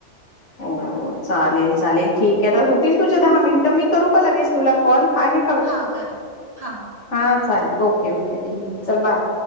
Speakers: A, on the left (about 75°); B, on the right (about 30°).
A: हो चालेल चालेल ठीक आहे तर होतील तुझ्या दहा मिनिट मी करू का लगेच तुला कॉल आहे
B: हां करा हा हां
A: हां चालेल ओके ओके ठीक चल बाय